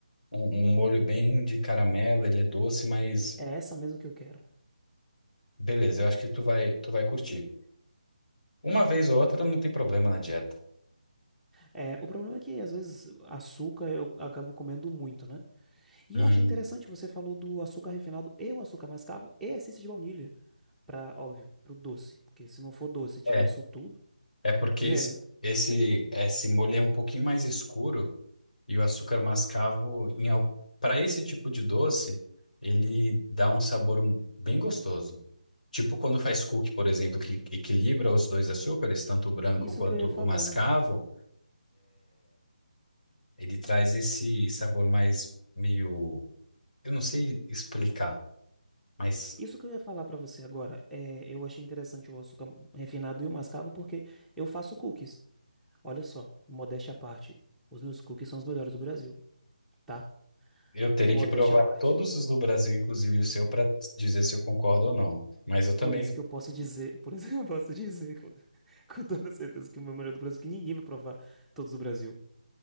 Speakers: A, on the left (about 70°); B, in the centre.
A: Um, um molho bem de caramelo, ele é doce, mas
B: É essa mesmo que eu quero.
A: beleza, eu acho que tu vai, tu vai curtir. Uma vez ou outra não tem problema na dieta.
B: É, o problema é que às vezes açúcar eu acabo comendo muito, né? E
A: Hum,
B: eu achei interessante, você falou do açúcar refinado e o açúcar mascavo e a essência de baunilha, para, óbvio, pro doce, porque se não for doce e tiver
A: é,
B: isso tudo,
A: é porque
B: <laughs> é,
A: esse, esse, esse molho é um pouquinho mais escuro e o açúcar mascavo, em, para esse tipo de doce, ele dá um sabor um- bem gostoso. Tipo quando faz cookie, por exemplo, que equilibra os dois açúcares, tanto o branco
B: isso
A: quanto
B: que eu ia
A: o
B: falar.
A: mascavo. Ele traz esse sabor mais meio. Eu não sei explicar, mas
B: Isso que eu ia falar para você agora, é, eu achei interessante o açúcar refinado e o mascavo porque eu faço cookies. Olha só, modéstia à parte, os meus cookies são os melhores do Brasil, tá?
A: eu teria
B: Modéstia
A: que provar
B: à parte.
A: todos os do Brasil, inclusive o seu, para dizer se eu concordo ou não. Mas eu também.
B: Por isso que eu posso dizer, <laughs> por isso que eu posso dizer com, <laughs> com toda certeza que o meu melhor do Brasil, que ninguém vai provar todos do Brasil.